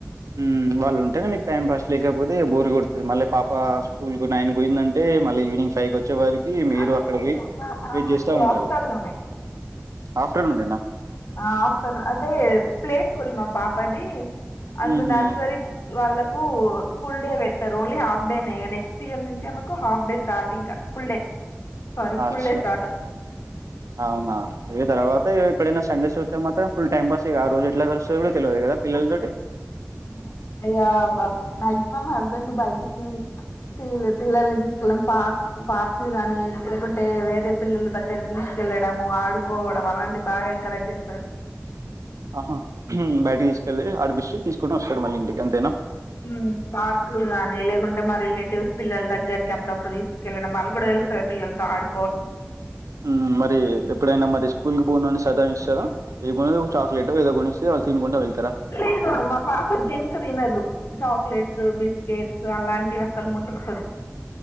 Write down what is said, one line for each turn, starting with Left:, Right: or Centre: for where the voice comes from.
Right: మ్ వాళ్లుంటేనే మీకు టైం పాస్ లేకపోతే ఇగ బోర్ కొడ్తది. మళ్ళీ పాప స్కూల్కు నైన్కి పోయిందంటే మళ్ళ ఈవినింగ్ ఫైవ్కి వచ్చే వారి కీ మీరు
Left: ఆ లేదు
Right: అక్కడ్కి
Left: లేదు మా పాపకు
Right: వెయిట్ చేస్తా ఉండాలె
Left: ఆఫ్టర్నూనే
Right: ఆఫ్టర్నూనేనా
Left: ఆ ఆఫ్టర్నూన్ అంటే ప్లేస్ స్కూల్ మా పాపది అందు
Right: హుహు.
Left: నర్సరీ వాళ్ళకు ఫుల్ డే పెట్టరు ఓన్లీ హాఫ్ డేనే ఇగ నెక్స్ట్ ఇయర్ నుంచి ఆమెకు హాఫ్ డే స్టార్ట్ ఇంకా full day sorry
Right: అచ్చా!
Left: full day స్టార్ట్
Right: అవునా ఇగ తర్వాత ఇగ ఎప్పుడైన సండేస్ వస్తే మాత్రం ఫుల్ టైం పాస్ ఇగ ఆ రోజు ఎట్లా గడుస్తుందో కూడా తెల్వది కదా పిల్లలతోటి
Left: అవును ఇగ బా మాక్సిమం హస్బెండ్ బయటికి పిల్ పిల్లల్ని తీస్కెళ్లడం పార్క్స్ పార్కులు గాని లేకుంటే వేరే పిల్లల దగ్గర తీస్కెళ్లడము, ఆడుకోవడం అలాంటి బాగా ఎంకరేజ్ చేస్తాడు.
Right: ఆహా బయటకి తీస్కెళ్ళి ఆడిపిస్తే తీస్కోని వస్తాడు మళ్ళీ ఇంటికి అంతేనా
Left: ఉమ్ పార్కులు గానీ లేకుంటే మరి లె చూస్ పిల్లల దగ్గర్కి అప్పుడప్పుడు తీస్కెళ్ళడం వాళ్ళక్ గుడా తెలుస్తాది పిల్లలతో ఆడు
Right: మ్ మరి ఎప్పుడైనా మరి స్కూల్కు పోను అని సతాయిస్ కదా రిబ్బను ఓ చాక్లెట్ ఏదో కొనిస్ వాళ్లు తినుకుంటా వెల్
Left: లేదు మా పాప జంక్ తినదు చాక్లెట్స్ బిస్ కేక్స్ అలాంటివి అస్సలు ముట్కోదు